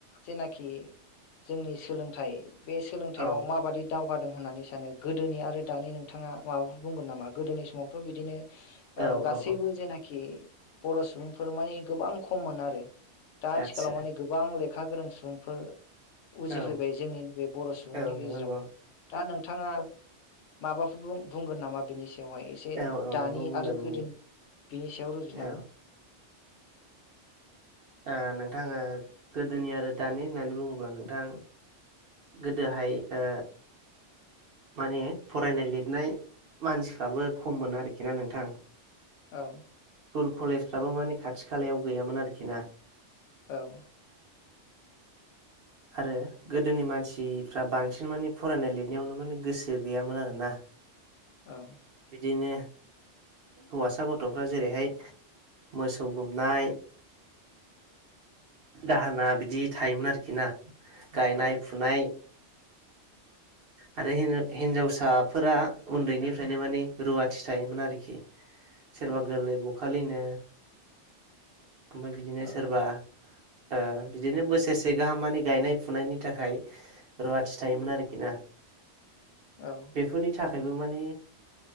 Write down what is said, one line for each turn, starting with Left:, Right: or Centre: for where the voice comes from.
Left: जेनाखि जोंनि सोलोंथाइ बे सोलोंथायआव
Right: औ
Left: माबादि दावगादों होननानै सानो गोद दोनि आरो दानि नोंथाङा माबाफोर बुंगोन नामा? गोदोनि समावथ बिदिनो ओ
Right: औ
Left: गासैबो
Right: औ औ
Left: जेनाखि बर' सुबुंफोर माने गोबां खममोन आरो दा आथिखालाव
Right: आदसा
Left: माने गोबां लेखा गोरों सुबुंफोर उजिफैबाय
Right: औ
Left: जोंनि बे बर' सुबुंनि
Right: औ नंगौ
Left: गेजेरावबो
Right: नंगौ
Left: दा नोंथाङा माबाफोर बुं बुंगोन नामा बेनिस बेवहाय एसे
Right: औ औ
Left: दानि
Right: नंगौ बुंगोन
Left: आरो गोदोनि
Right: बुंगोन
Left: बिनि सायाव रुजुनानै
Right: औ ओ नोंथां ओ गोदोनि आरो दानि होननानै बुङोब्ला नोंथां गोदोहाय ओ माने फरायनाय लिरनाय मानसिफ्राबो खम मोन आरोखि ना नोंथां।
Left: औ
Right: स्कुल कलेजफ्राबो माने खाथि खालायाव गैयामोन आरोखि ना
Left: औ
Right: आरो गोदोनि मानसिफ्रा बांसिन माने फरायनाय लिरनायावनो माने गोसो गैयामोन आरोना
Left: औ
Right: दिनो हौवासा गथ'फ्रा जेरैहाय मोसौ गुमनाय दाहोना बिदि थायोमोन आरोखि ना गायनाय
Left: औ
Right: फुनाय
Left: <inaudible>
Right: आरो हिन हिनजावसाफोरा उन्दैनिफ्रायनो माने रुवाथि थायोमोन आरोखि सोरबा
Left: औ
Right: गोरलै बखालिनो ओमफाय बिदिनो
Left: औ
Right: सोरबा ओ बिदिनो बोसोरसे गाहामानि गायनाय फुनायनि थाखाय रुवाथि थायोमोन आरोख खिना
Left: औ
Right: बेफोरनि थाखायबो माने